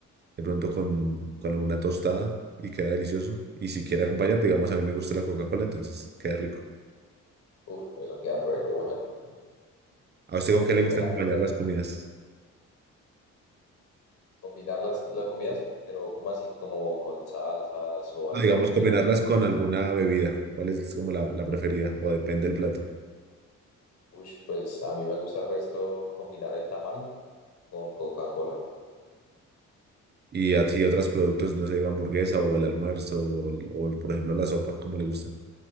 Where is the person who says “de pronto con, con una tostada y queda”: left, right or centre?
Right